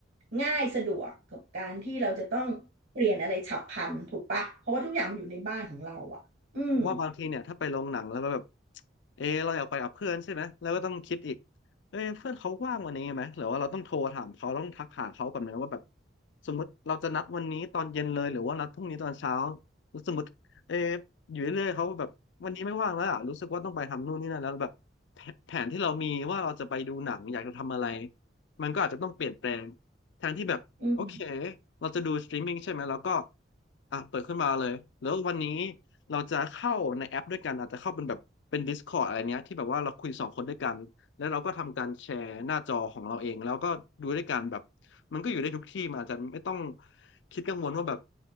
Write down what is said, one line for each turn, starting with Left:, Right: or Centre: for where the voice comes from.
Right: ง่ายสะดวกกับการที่เราจะต้องเปลี่ยนอะไรฉับพลันถูกปะเพราะว่าทุกอย่างมันอยู่ในบ้านของเราอ่ะอืม
Left: ผมว่าบางทีเนี่ยถ้าไปโรงหนังแล้วมันแบบเออเราอยากไปกับเพื่อนใช่ไหมแล้วก็ต้องคิดอีกเอ้ยเพื่อนเขาว่างวันนี้ไหมหรือว่าเราต้องโทรถามเขาต้องทักหาเขาก่อนไหมว่าแบบสมมติเราจะนัดวันนี้ตอนเย็นเลยหรือว่านัดพรุ่งนี้ตอนเช้าแล้วสมมติเอออยู่เรื่อยๆเขาแบบวันนี้ไม่ว่างแล้วอะรู้สึกว่าต้องไปทำนู่นนี่นั่นแล้วแบบแผแผนที่เรามีว่าเราจะไปดูหนังอยากจะทำอะไรมันก็อาจจะต้องเปลี่ยนแปลงแทนที่แบบโอเค
Right: อืม
Left: เราจะดูสตรีมมิ่งใช่ไหมแล้วก็อ่ะเปิดขึ้นมาเลยแล้ววันนี้ เราจะเข้าในแอปด้วยกันอาจจะเข้าเป็นแบบเป็น Discord อะไรเนี้ยที่แบบว่าเราคุยสองคนด้วยกันแล้วเราก็ทำการแชร์หน้าจอของเราเองแล้วก็ดูด้วยกันแบบมันก็อยู่ได้ทุกที่มันอาจจะไม่ต้องคิดกังวลว่าแบบ